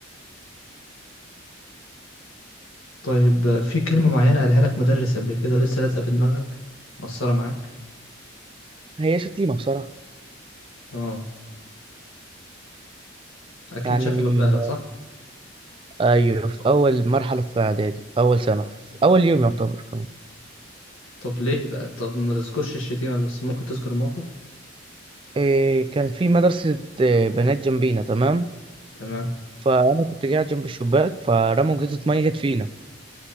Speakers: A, on the left; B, on the right.
A: طيب آه، في كلمة معينة قالها لك مدرس قبل كده ولسه لازقة في دماغك مقصرة معاك
B: هي شتيمة بصراحة
A: اه اكيد
B: يعني
A: شتمك
B: من
A: بأهلك صح
B: ايوه في اول مرحلة في اعدادي اول سنة اول يوم
A: مم.
B: يعتبر كمان
A: طب ليه بقى طب ما تذكرش الشتيمة بس ممكن تذكر موقف
B: آه، كان في مدرسة آه، بنات جنبينا تمام
A: تمام
B: فانا كنت قاعد جنب الشباك فرموا جزء ميه جت فينا